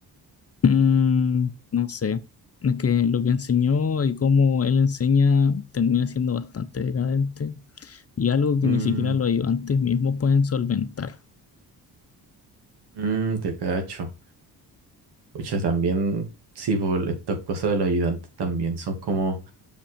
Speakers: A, on the left; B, on the right.
A: mm, no sé, es que lo que enseñó y cómo él enseña termina siendo bastante decadente y algo que
B: Mm,
A: ni siquiera los ayudantes mismos pueden solventar.
B: mm, te cacho. Pucha, también, sí, por estas cosas de los ayudantes también son como,